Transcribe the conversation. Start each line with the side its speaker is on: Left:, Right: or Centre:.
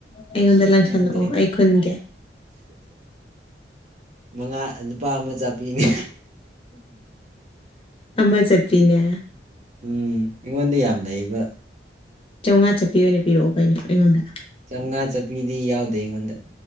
Left: ꯑꯩꯉꯣꯟꯗ ꯂꯪꯁꯜꯂꯛꯑꯣ
Right: ꯈꯪꯗꯦ
Left: ꯑꯩ ꯈꯨꯟꯒꯦ
Right: ꯃꯉꯥ ꯑꯥ ꯂꯨꯄꯥ ꯑꯃꯥ ꯆꯞꯄꯤꯅꯦ
Left: ꯑꯃ ꯆꯠꯄꯤꯅꯦ
Right: ꯎꯝ ꯑꯩꯉꯣꯟꯗ ꯌꯥꯝ ꯂꯩꯕ
Left: ꯆꯧꯉꯥ ꯆꯞꯄꯤ ꯑꯣꯏꯅ ꯄꯤꯔꯛꯑꯣ ꯀꯩꯅꯣ ꯑꯩꯉꯣꯟꯗ
Right: ꯆꯧꯉꯥ ꯆꯥꯄꯤꯗꯤ ꯌꯥꯎꯗꯦ ꯑꯩꯉꯣꯟꯗ